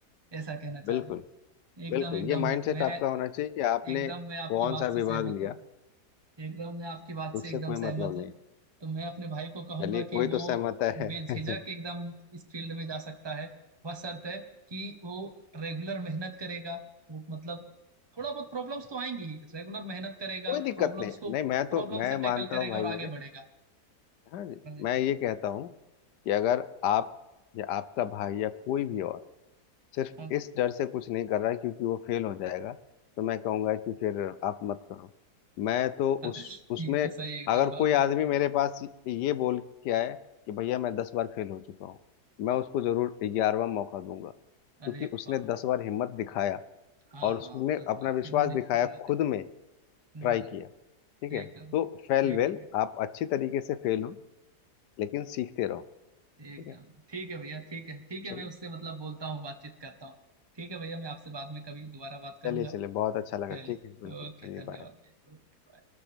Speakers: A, on the right; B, on the left.
A: ऐसा कहना चाह
B: बिल्कुल
A: रहे हैं एकदम
B: बिल्कुल
A: एकदम
B: ये माइंडसेट
A: मैं
B: आपका होना चाहिए कि आपने
A: एकदम मैं आपकी
B: कौन
A: बात
B: सा
A: से सहमत
B: विभाग लिया
A: हूँ एकदम मैं आपकी बात से
B: उससे
A: एकदम
B: कोई
A: सहमत
B: मतलब
A: हूँ
B: नहीं
A: तो मैं अपने भाई को कहूंगा
B: चलिए कोई
A: कि वो
B: तो सहमत है
A: बेझिझक
B: <laughs>
A: एकदम इस फील्ड में जा सकता है बशर्ते है कि वो रेगुलर मेहनत करेगा वो मतलब थोड़ा बहुत प्रॉब्लम्स तो आएंगी ही रेगुलर मेहनत करेगा
B: कोई
A: प्रॉब्लम्स
B: दिक्कत नहीं
A: को
B: नहीं मैं तो
A: प्रॉब्लम
B: मैं
A: से टैकल
B: मानता
A: करेगा
B: हूँ भाई
A: और आगे
B: मेरे
A: बढ़ेगा
B: हाँ जी
A: हाँ जी
B: मैं ये कहता हूँ कि अगर आप या आपका भाई या कोई भी और सिर्फ
A: हाँ जी।
B: इस डर से कुछ नहीं कर रहा है क्योंकि वो फेल हो जाएगा तो मैं कहूँगा कि फिर आप मत करो मैं तो उस
A: <laughs>
B: उसमें
A: ये तो सही एकदम
B: अगर
A: बात
B: कोई आदमी
A: है
B: मेरे पास ये बोल के आए कि भैया मैं दस बार फेल हो चुका हूँ मैं उसको जरूर ग्यारहवा मौका दूंगा क्योंकि
A: अरे
B: उसने
A: वाह
B: दस
A: वाह।
B: बार हिम्मत दिखाया
A: हाँ
B: और उसने
A: हाँ दस
B: अपना
A: बार
B: विश्वास
A: फेल होने
B: दिखाया
A: की हिम्मत
B: खुद
A: है
B: में
A: हम्म
B: ट्राई किया ठीक है
A: एकदम
B: तो फेल
A: ठीक
B: वेल
A: है भाई।
B: आप अच्छी तरीके से फेल हो लेकिन सीखते रहो
A: एकदम
B: ठीक है
A: ठीक है भैया ठीक है ठीक
B: चलिए
A: है मैं उससे मतलब बोलता हूँ बातचीत करता हूँ ठीक है भैया मैं आपसे बाद में कभी दोबारा बात करूंगा
B: चलिए चलिए बहुत अच्छा लगा
A: चलिए
B: ठीक है बिल्कुल
A: ओके
B: चलिए
A: धन्यवाद
B: बाय
A: भैया ओके बाय